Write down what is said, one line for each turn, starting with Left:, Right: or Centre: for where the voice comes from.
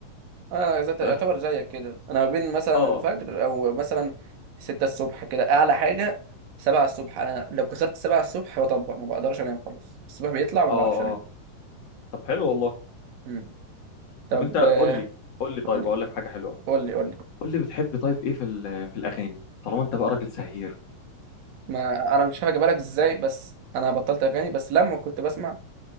Right: انا زي-
Left: ف...
Right: يعتبر زيك كده انا ما بين
Left: <laughs>
Right: مثلا
Left: اه
Right: الفجر او مثلا ستة الصبح كده اعلى حاجه سبعة الصبح انا لو كسرت سبعة الصبح بطبق ما بقدرش انام خلاص الصبح بيطلع ما
Left: اه
Right: بعرفش
Left: اه
Right: انام
Left: طب حلو والله
Right: مم. طب
Left: طب انت قول
Right: آه،
Left: لي قول لي طيب
Right: قول لي
Left: اقول لك حاجه حلوه أوي.
Right: قول لي قول لي
Left: قول لي بتحب طيب ايه في ال- في الاغاني طالما انت بقى راجل سهير
Right: ما انا مش عارف اجيبها لك ازاي بس انا بطلت اغاني بس لما كنت بسمع